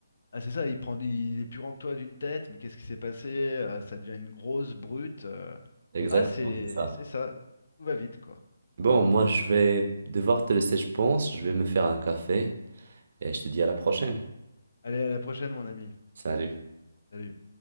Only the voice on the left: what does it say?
Ah, c'est ça, il prend, il est plus grand que toi d'une tête, mais qu'est-ce qui s'est passé? Euh, ça devient une grosse brute. euh.
Ah, c'est,
c'est ça. Tout va vite, quoi.
Allez, à la prochaine, mon ami.
Salut.